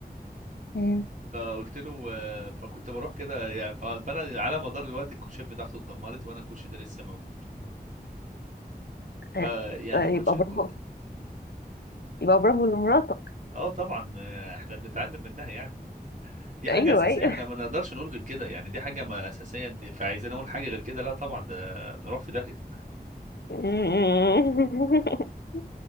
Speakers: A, on the left; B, on the right.
A: امم
B: فقلت له آه، فكنت بروح كده يعني ف- فانا على مدار الوقت الكوتشات بتاعته اتدمرت وانا الكوتش ده لسه موجود
A: آه،
B: فيعني
A: آه، يبقى
B: الكوتش الكو-
A: برافو يبقى برافو لمراتك
B: اه طبعا آه، احنا بنتعلم منها يعني دي حاجة
A: ايوه
B: أساسية
A: ايوه
B: احنا ما نقدرش نقول غير كده يعني دي حاجة ما أساسية انت فعايزين نقول حاجة غير كده لا طبعا ده نروح في داهية
A: <laughs>